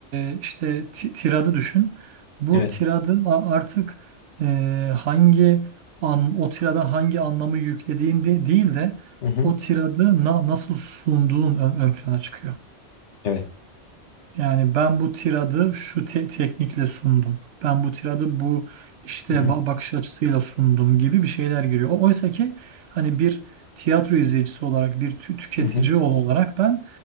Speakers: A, on the right (about 80°); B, on the left (about 70°).
A: e, işte ti- tiradı düşün. Bu
B: Evet.
A: tiradı a- artık e, hangi an o tirada hangi anlamı yüklediğin de değil de
B: Hı hı.
A: o tiradı na- nasıl sunduğun ön, ön plana çıkıyor.
B: Evet.
A: Yani ben bu tiradı şu te- teknikle sundum. Ben bu tiradı bu işte
B: Hı hı.
A: ba- bakış açısıyla sundum gibi bir şeyler giriyor. O- Oysa ki hani bir tiyatro izleyicisi olarak, bir tü- tüketici
B: Hı hı.
A: olarak ben